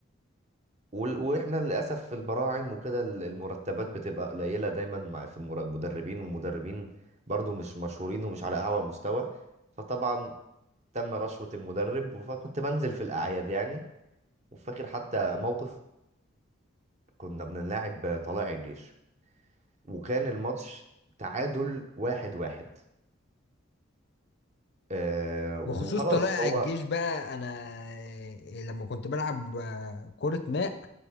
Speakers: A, on the right (about 35°); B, on the left (about 55°).
A: وال- واحنا للاسف في البراعم وكده ال- المرتبات بتبقى قليله دايما مع في المدربين والمدربين برضو مش مشهورين ومش على اعلى مستوى فطبعا تم رشوة المدرب فكنت بنزل في الأعياد يعني وفاكر حتى موقف كنا بنلاعب طلائع الجيش وكان الماتش تعادل واحد واحد آه وخلاص
B: بخصوص طلائع
A: هو
B: الجيش بقى انا لما كنت بلعب آه، كرة ماء